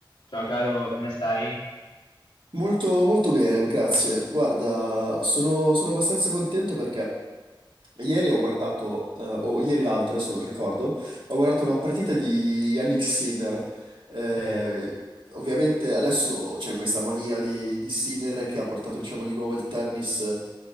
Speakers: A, on the left; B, on the right.
A: Ciao caro, come stai?
B: Molto, molto bene, grazie. Guarda, sono, sono abbastanza contento perché ieri ho guardato, eh, o ieri l'altro, adesso non ricordo, ho guardato una partita di Yannick Sinner. Eh,
A: Te,
B: ovviamente adesso c'è questa mania di, di Sinner che ha portato, diciamo, di nuovo il tennis, eh,